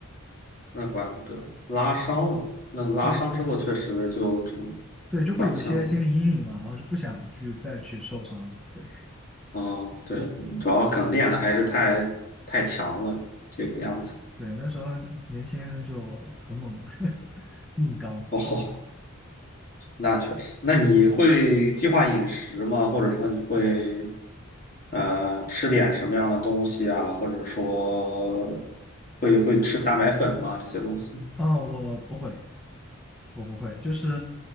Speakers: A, on the left (about 40°); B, in the centre.
A: 那怪不得拉伤了。那拉伤之后确实就只能
B: 对，拉伤，对，就会有一些心理阴影嘛，
A: 转向了。
B: 然后就不想去再去受伤。对
A: 哦，对，主要可能练的还是太太强了，这个样子。
B: 对，那时候年轻就很猛，<laughs> 硬刚。
A: 哦，那确实。那你会计划饮食吗？或者说你会呃吃点什么样的东西啊？或者说会会吃蛋白粉吗？这些东西？
B: 嗯，我不会。我不会，就是